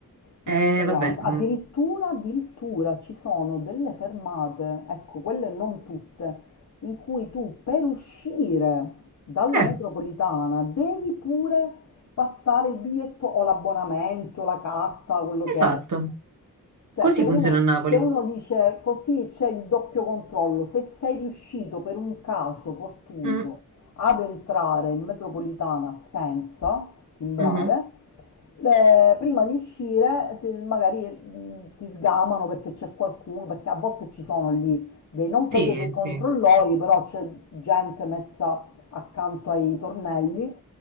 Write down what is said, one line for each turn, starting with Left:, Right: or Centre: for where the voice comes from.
Left: in
Right: è.
Left: tutte
Right: Eh, vabbè.
Left: quante. Addirittura,
Right: mm.
Left: addirittura ci sono delle fermate, ecco, quelle non tutte, in cui tu per uscire dalla
Right: Eh,
Left: metropolitana devi pure passare il biglietto o l'abbonamento, la carta, quello
Right: esatto.
Left: che è. Cioè,
Right: Così
Left: che uno,
Right: funziona a Napoli.
Left: che uno dice così c'è il doppio controllo. Se sei riuscito per un caso fortuito
Right: Mm,
Left: ad entrare in metropolitana senza timbrare,
Right: mhm.
Left: le- prima di uscire ti- magari mh, ti sgamano perché c'è qualcuno, perché a volte ci sono lì dei, non proprio
Right: Sì,
Left: dei controllori,
Right: sì.
Left: però c'è gente messa accanto ai tornelli